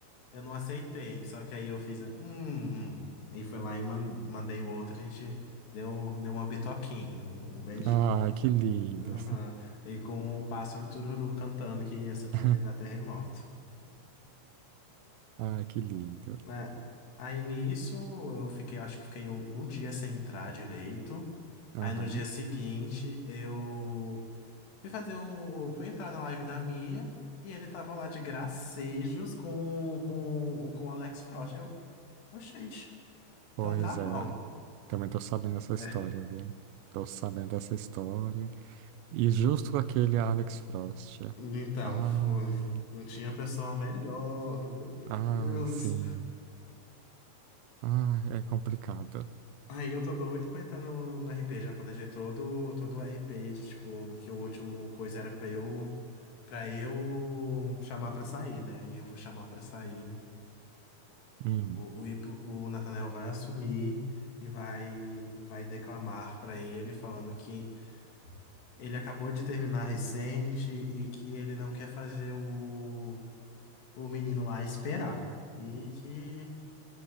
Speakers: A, on the left; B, on the right.
A: eu não aceitei. Só que aí eu fiz, hum, hum. E foi lá e man- mandei o outro, a gente deu, deu uma bitoquinha, um, um beijinho.
B: Ah, que lindo.
A: Aham. E com o pássaro Tururu cantando que a cidade
B: <laughs>
A: ia dar terremoto.
B: Ah, que lindo.
A: né? Aí nisso eu fiquei, acho que fiquei um, um dia sem entrar direito.
B: Aham.
A: Aí no dia seguinte eu fui fazer um, fui entrar na live da Mia e ele tava lá de gracejos com com com o Alex Frost. Eu, "Ô, gente, então
B: Pois
A: tá bom.
B: é. Também tô sabendo essa
A: <laughs>
B: história, viu? Tô sabendo essa história. E justo com aquele Alex Frost.
A: Então,
B: Ah,
A: <laughs> não tinha pessoa melhor, meu Deus.
B: ah, sim. Ah, é complicado.
A: Aí eu tô doido pra entrar no, no RP, já planejei todo, todo o RP de tipo, que o último coisa era pra eu para eu chamar pra sair, né? Aí eu vou chamar pra sair.
B: Hum.
A: O, o, Ipo- o Nathanael vai assumir e vai e vai declamar pra ele falando que ele acabou de terminar recente e que ele não quer fazer o, o menino lá esperar. E que